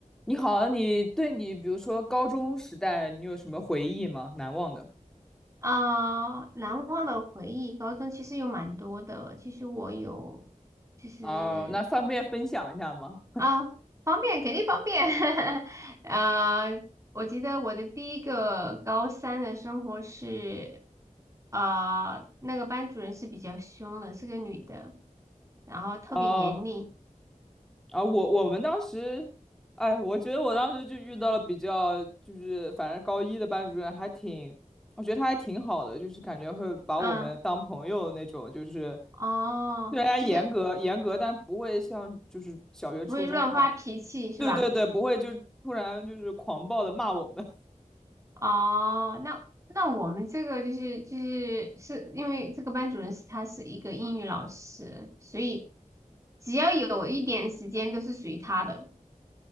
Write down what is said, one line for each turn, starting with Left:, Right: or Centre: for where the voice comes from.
Centre: 你好，你对你比如说高中时代，你有什么回忆吗？难忘的？
Right: 啊，难忘的回忆，高中其实有蛮多的。其实我有，就是
Centre: 啊、那方便分享一下吗？
Right: 啊，方便肯定方便。<laughs> 啊，我记得我的第一个高三的生活是，啊，那个班主任是比较凶的，是个女的，然后特别严厉。
Centre: 哦、啊，我我们当时，哎，我觉得我当时就遇到了比较，就是反正高一的班主任还挺，我觉得他还挺好的，就是感觉会把我们当朋友那种，
Right: 啊，
Centre: 就是
Right: 哦，
Centre: 虽然严格严格，
Right: 就是
Centre: 但不会像就是小学初中的，
Right: 不会乱发脾气是吧？
Centre: 对对对，不会就突然就是狂暴的骂我们。
Right: 哦，那那我们这个就是就是是因为这个班主任是他是一个英语老师，所以只要有一点时间都是属于他的。